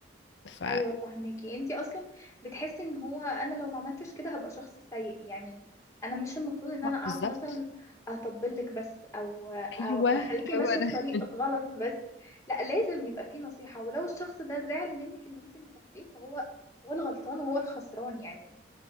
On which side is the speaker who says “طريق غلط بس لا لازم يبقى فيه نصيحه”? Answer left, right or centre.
Left